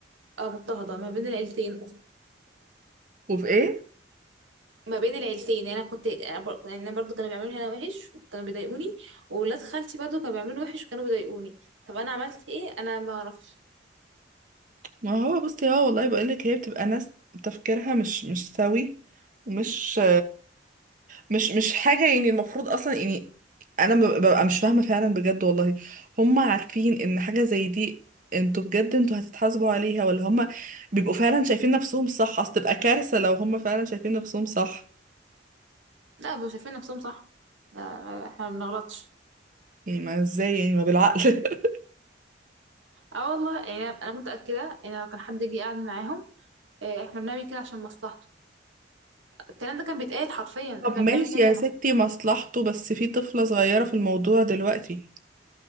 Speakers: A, on the right; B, on the right.
A: اه مضطهدة ما بين العيلتين
B: وفي ايه
A: ما بين العيلتين يعني انا كنت أنا بر- يعني انا برضو كانوا بيعملولي انا وحش وكانوا بيضايقوني وولاد خالتي برضو كانوا بيعملوني وحش وكانوا بيضايقوني طب انا عملت ايه انا ما اعرفش
B: ما هو بصي اه والله بقولك هي بتبقى ناس تفكيرها مش مش سوي ومش مش مش حاجة يعني المفروض أصلا يعني أنا ب- ببقى مش فاهمة فعلا بجد والله هم عارفين إن حاجة زي دي انتوا بجد انتوا هتتحاسبوا عليها ولا هم بيبقوا فعلا شايفين نفسهم صح أصل تبقى كارثة لو هم فعلا شايفين نفسهم صح
A: لا مش شايفين نفسهم صح لا، احنا ما بنغلطش
B: يعني ما ازاي يعني ما بالعقل <laughs>
A: اه والله يعني انا أنا متاكده ان لو كان حد جه قاعد معاهم آه، احنا بنعمل كده عشان مصلحته الكلام ده كان بيتقال حرفيا
B: طب
A: احنا
B: ماشي
A: بنعمل كده عشان
B: يا ستي
A: مصلحته
B: مصلحته بس في طفلة صغيرة في الموضوع دلوقتي